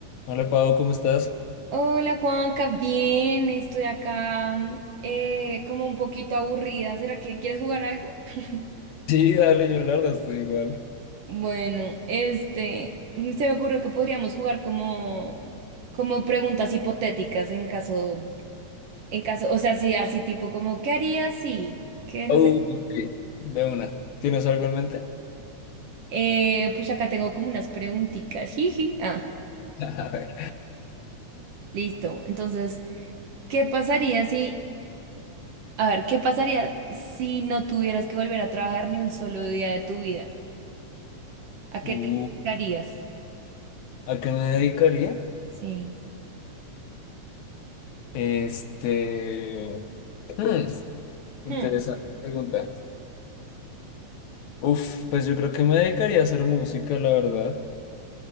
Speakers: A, on the left (about 75°); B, on the right (about 60°).
A: Hola Pau, ¿cómo estás?
B: Hola Juanca, bien, estoy acá mm, eh, como un poquito aburrida. ¿Será que quieres jugar algo? <laughs>
A: Sí, dale, yo la verdad estoy igual.
B: Bueno, este, se me ocurrió que podríamos jugar como, como preguntas hipotéticas en caso, en caso, o sea, sí, así tipo como, ¿qué harías si? ¿Qué
A: Uh,
B: no sé?
A: ok, de una. ¿Tienes algo en mente?
B: Eh, pues acá tengo como unas preguntitas. Jiji. Ah,
A: <laughs> A ver.
B: listo. Entonces, ¿qué pasaría si, a ver, ¿qué pasaría si no tuvieras que volver a trabajar ni un solo día de tu vida? ¿A
A: Uh,
B: qué te dedicarías?
A: ¿a qué me dedicaría?
B: Sí.
A: Este. hmm, interesante
B: Hmm.
A: pregunta. Uf, pues yo creo que me dedicaría a hacer música, la verdad.